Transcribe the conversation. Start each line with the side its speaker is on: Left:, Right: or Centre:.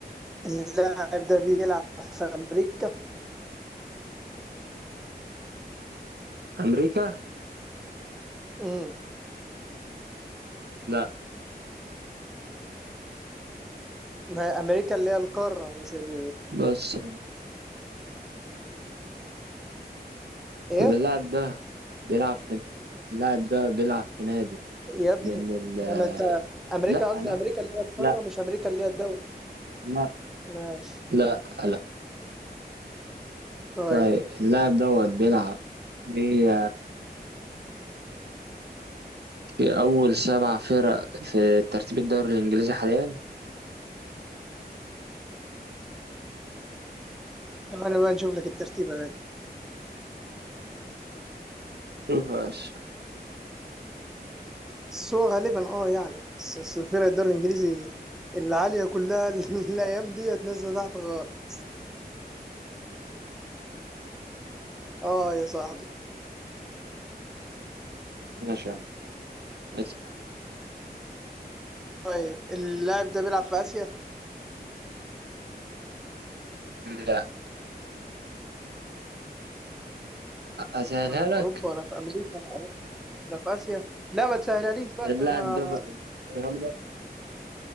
Centre: اللاعب ده بيلعب في امريكا
Right: أمريكا
Centre: امم
Right: لا
Centre: ما امريكا اللي هي القارة مش ال
Right: بص
Centre: ايه
Right: طب اللاعب ده بيلعب في اللاعب ده بيلعب في نادي
Centre: يا ابني
Right: بين ال
Centre: لما انت امريكا
Right: لا
Centre: قصدي
Right: لا
Centre: امريكا اللي هي القارة
Right: لا
Centre: مش امريكا اللي هي الدولة
Right: لا
Centre: ماشي
Right: لا لا
Centre: طيب
Right: طيب اللاعب دوت بيلعب في في أول سبع فرق في ترتيب الدوري الإنجليزي حاليا
Centre: طب انا بقى نشوف لك الترتيب يا بنت.
Right: مفيهاش
Centre: بس هو غالبا اه يعني بس بس الفرق الدوري الانجليزي العاليه كلها <laughs> الايام ديت نازله تحت خالص اه يا صاحبي
Right: ماشي يا عم اسمع
Centre: طيب اللاعب ده بيلعب في اسيا
Right: لا اسهلها
Centre: ولا في
Right: لك
Centre: اوروبا ولا في امريكا ولا في اسيا لا ما تسهلهاليش بقى
Right: اللاعب
Centre: عشان ما
Right: ده بقى غالبا